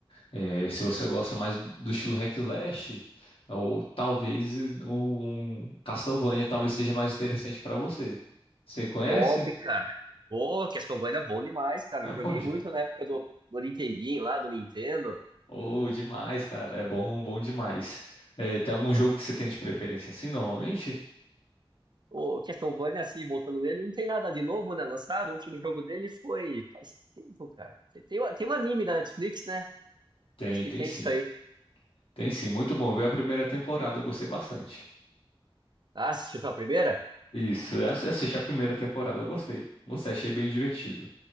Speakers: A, on the left; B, on the right.
A: É, se você gosta mais do estilo hack slash, ou talvez um Castlevania talvez seja mais interessante pra você. Você conhece?
B: Top, cara. Pô, Castlevania é bom demais, cara.
A: É
B: Eu
A: bom
B: joguei
A: demais.
B: muito na época do, do Nintendinho lá, do Nintendo.
A: Oh, demais, cara. É bom, bom demais. É, tem algum jogo que você tem de preferência assim, normalmente?
B: O Castlevania, assim, voltando nele, não tem nada de novo, né? Lançado. O último jogo dele foi faz tempo, cara. Tem, tem um tem um anime da Netflix, né?
A: Tem,
B: Acho que
A: tem
B: tem
A: sim.
B: isso aí.
A: Tem sim. Muito bom. Eu vi a primeira temporada, eu gostei bastante.
B: Ah, assistiu só a primeira?
A: Isso, eu assi- assisti a primeira temporada, eu gostei. Gostei, achei bem divertido.